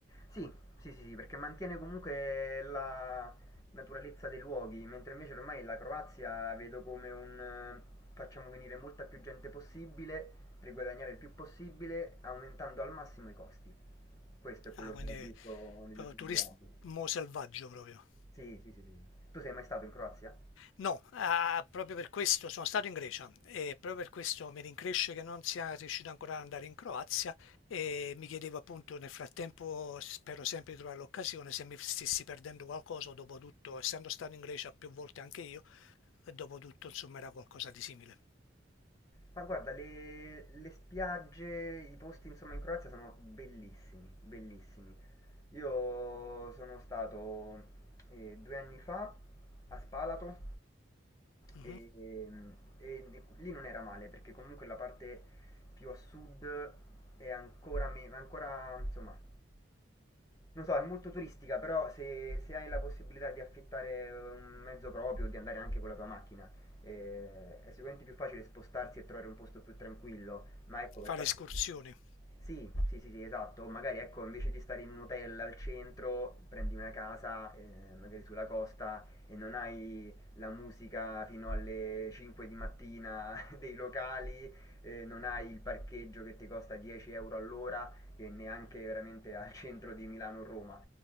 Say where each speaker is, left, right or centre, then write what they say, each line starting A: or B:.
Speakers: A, on the left (about 15°); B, on the left (about 80°).
A: sì, sì, sì, sì, perché mantiene comunque la naturalezza dei luoghi, mentre invece ormai la Croazia vedo come un eh, facciamo venire molta più gente possibile per guadagnare il più possibile, aumentando al massimo i costi. Questo è quello
B: Ah, quindi
A: che ho visto negli
B: proprio
A: ultimi
B: turismo
A: due anni.
B: selvaggio proprio.
A: Sì, sì, sì, sì. sì. Tu sei mai stato in Croazia?
B: No, ah, proprio per questo sono stato in Grecia e proprio per questo mi rincresce che non sia riuscito ancora ad andare in Croazia e mi chiedevo appunto nel frattempo, spero sempre di trovare l'occasione, se mi stessi perdendo qualcosa o dopo tutto, essendo stato in Grecia più volte anche io, e dopo tutto insomma era qualcosa di simile.
A: Ma guarda, le, le spiagge, i posti insomma in Croazia sono bellissimi, bellissimi. Io sono stato eh, due anni fa a Spalato
B: Mhm.
A: e, ehm, e ne- lì non era male perché comunque la parte più a sud è ancora, me- ancora insomma, non so, è molto turistica, però se, se hai la possibilità di affittare un mezzo proprio, di andare anche con la tua macchina, eh, è sicuramente più facile spostarsi e trovare un posto più tranquillo, ma ecco, per
B: Fare
A: parte...
B: escursioni.
A: Sì, sì, sì, sì, esatto, magari ecco, invece di stare in un hotel al centro, prendi una casa, eh, magari sulla costa e non hai la musica fino alle 5 di mattina <laughs> dei locali, eh, non hai il parcheggio che ti costa 10 euro all'ora e neanche veramente al <laughs> centro di Milano o Roma.